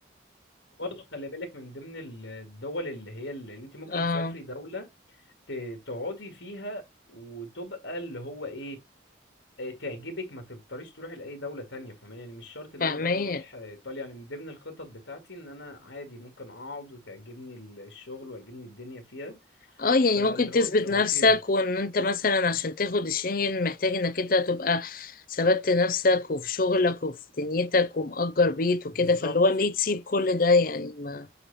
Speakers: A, on the left; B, on the left.
A: برضه خلي بالك من ضمن ال- الدول اللي هي اللي انت ممكن
B: اه
A: تسافري دولة ت- تقعدي فيها وتبقى اللي هو ايه أه، تعجبك ما تضطريش تروحي لأي دولة تانية فاهماني يعني مش شرط ان
B: فاهمية
A: انا برضه اروح آه، ايطاليا يعني من ضمن الخطط بتاعتي ان انا عادي ممكن اقعد وتعجبني ال- الشغل ويعجبني الدنيا فيها
B: اه يعني
A: فاللي
B: ممكن تثبت
A: هو بتظبطيها
B: نفسك وان انت مثلا عشان تاخد الشنجن محتاج انك انت تبقى ثبت نفسك وفي شغلك وفي دنيتك ومأجر بيت وكده
A: بالظبط
B: فاللي هو ليه تسيب كل ده يعني ما